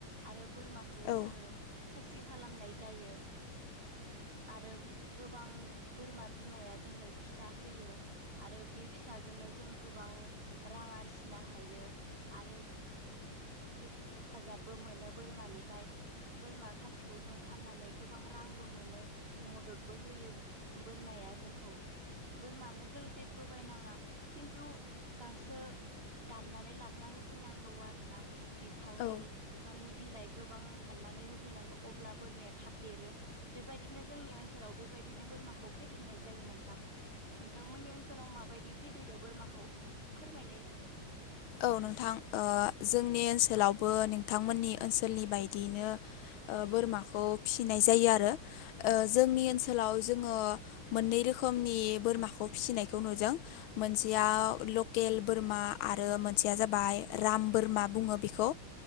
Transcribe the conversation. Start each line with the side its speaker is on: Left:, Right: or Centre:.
Right: आरो बोरमाखौ
Left: औ
Right: जोङो खासि खालामनाय जायो आरो गोबां बोरमा बिमाया जोंनो फिसा होयो। आरो बे फिसाजोंनो जों गोबां रां आरजिनो हायो आरो गोबां हेफाजाबबो मोनो बोरमानिफ्राय। बोरमा खासिखौ जों फाननानै गोबां रांबो मोनो मददबो होयो। बोरमाया जोंखौ बोरमानो जों जेबो बायनाङा खिन्थु गांसो दाननानै लाबना होफैनांगौ आरोना बिफांनि
Left: औ
Right: बिफांनि बिलाइ गोबां हाननानै होफैनांगौ अब्ला बोरमाया थाब देरो। बेबायदिनो जोंनि ओनसोलाव बेबायदिनो बोरमाखौ फेदेरनाय जायो नोंथां। नोंथांमोननि ओनसोलाव माबायदि फेदेरो बोरमाखौ फोरमायलाय?
Left: औ नोंथां ओ जोंनि ओनसोलावबो नोंथांमोननि ओनसोलनि बायदियैनो ओ बोरमाखौ फिसिनाय जायो आरो ओ जोंनि ओनसोलाव जोंङो मोननै रोखोमनि बोरमाखौ फिसिनायखौ नुजों मोनसेयाव
Right: औ
Left: लकेल बोरमा आर रो मोनसेया जाबाय राम बोरमा बुङो बेखौ